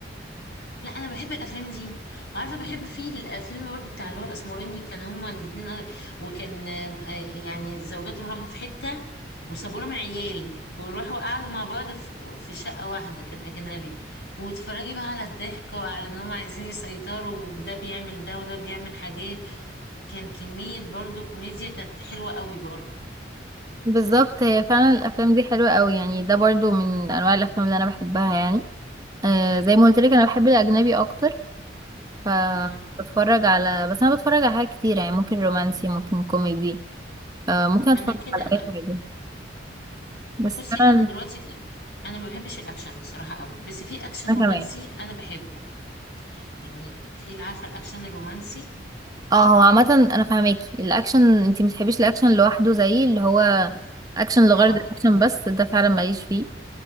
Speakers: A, on the left; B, on the right.
A: لا انا بحب الافلام دي وعارفه بحب فيه الفيلم برضو بتاع اللي هو الاسمراني كان هما الاتنين وكان آه، يعني زوجاتهم راحوا في حته وسابوا لهم العيال وراحوا قعدوا مع بعض في في شقه واحده كان اجنبي واتفرجي بقى على الضحك وعلى ان هما عايزين يسيطروا وده بيعمل ده وده بيعمل حاجات كان كميه برضو كوميديا كانت حلوه قوي برضو
B: بالظبط هي فعلا الأفلام دي حلوة قوي يعني ده برضو من أنواع الأفلام اللي أنا بحبها يعني آه، زي ما قلت لك أنا بحب الأجنبي أكتر ف
A: اه
B: بتفرج على بس أنا بتفرج على حاجات كتيرة يعني ممكن رومانسي ممكن كوميدي آه، ممكن أتفرج
A: ما انا كده
B: على
A: انا
B: أي حاجة بس
A: بصي
B: انا
A: انا دلوقتي انا ما بحبش الاكشن بصراحه قوي بس في اكشن
B: انا
A: رومانسي
B: كمان
A: انا بحبه يعني في اللي عارفه الاكشن الرومانسي
B: اه هو عامه انا فاهماكي الاكشن انتي متحبيش الاكشن لوحده زي اللي هو اكشن لغرض
A: اه
B: الاكشن بس ده فعلا ماليش فيه